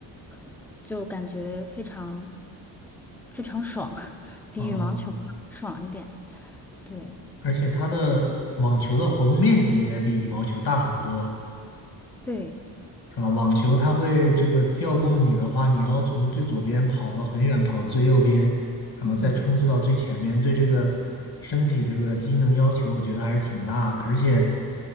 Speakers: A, in the centre; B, on the left.
A: 和就感觉非常非常爽，<laughs> 比羽毛球要爽一点。
B: 哦，
A: 对
B: 而且它的网球的活动面积也比羽毛球大很多，
A: 对，
B: 是吧？网球它会这个调动你的话，你要从最左边跑到很远，跑到最右边，然后再冲刺到最前面，
A: 嗯。
B: 对这个身体这个机能要求，我觉得还是挺大的。而且，